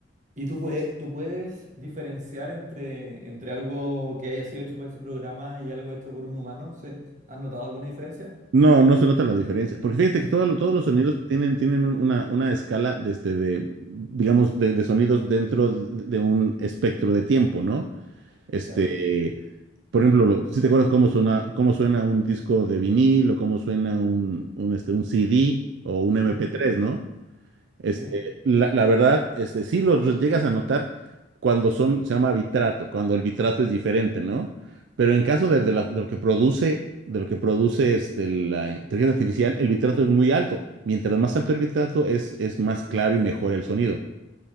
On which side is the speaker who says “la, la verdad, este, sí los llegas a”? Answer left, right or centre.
Right